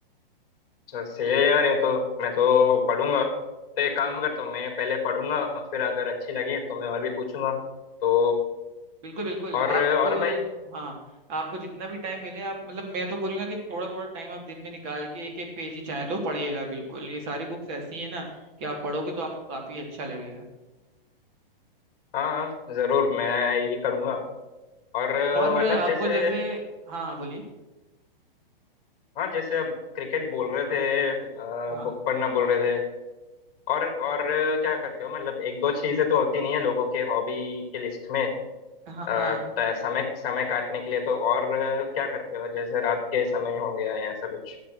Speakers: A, on the left; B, on the right.
A: अच्छा सही है यार ये तो मैं तो पढ़ूंगा तो एक काम करता हूँ मैं पहले पढ़ूंगा फिर अगर अच्छी लगी तो मैं और भी पूछूंगा तो
B: बिल्कुल बिल्कुल
A: और
B: आपको
A: और भाई
B: हाँ आपको जितना भी टाइम मिले आप मतलब मैं तो बोलूंगा कि थोड़ा थोड़ा टाइम आप दिन में निकाल के एक एक पेज ही चाहे तो पढ़िएगा बिल्कुल ये सारी बुक्स ऐसी है ना कि आप पढ़ोगे तो आपको काफी अच्छा लगेगा
A: हाँ हाँ जरूर मैं ये करूँगा और अ,
B: और
A: मतलब
B: आपको
A: जैसे
B: जैसे हाँ हाँ बोलिए
A: हाँ जैसे अब क्रिकेट बोल रहे थे
B: हाँ
A: बुक पढ़ना बोल रहे थे और और अ, क्या करते हो मतलब एक दो चीजें तो होती नहीं है लोगों के हॉबी के लिस्ट में अ,
B: हाँ हाँ
A: त- समय समय काटने के लिए तो और अ, क्या करते हो जैसे रात के समय हो गया या ऐसा कुछ